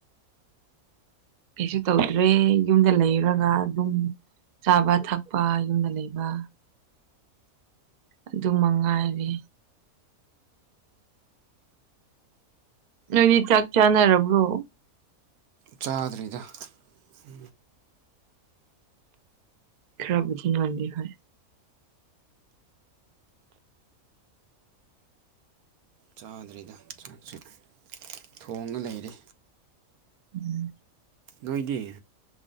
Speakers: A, on the right (about 55°); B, on the right (about 80°).
A: ꯀꯩꯁꯨ ꯇꯧꯗ꯭ꯔꯦ ꯌꯨꯝꯗ ꯂꯩꯔꯒ ꯑꯗꯨꯝ ꯆꯥꯕ ꯊꯛꯄ ꯌꯨꯝꯗ ꯂꯩꯕ ꯑꯗꯨ ꯃꯉꯥꯏꯔꯦ ꯅꯣꯏꯅꯤ ꯆꯥꯛ ꯆꯥꯅꯔꯕ꯭ꯔꯣ
B: ꯆꯥꯗ꯭ꯔꯤꯗ ꯁꯤ
A: ꯈꯔ ꯙꯤꯡ ꯃꯥꯟꯒꯤꯣꯏ
B: ꯆꯥꯗ꯭ꯔꯤꯗ ꯆꯥꯛꯁꯤꯦ ꯊꯣꯡꯉ ꯂꯩꯔ
A: ꯎꯝ
B: ꯅꯣꯏꯗꯤ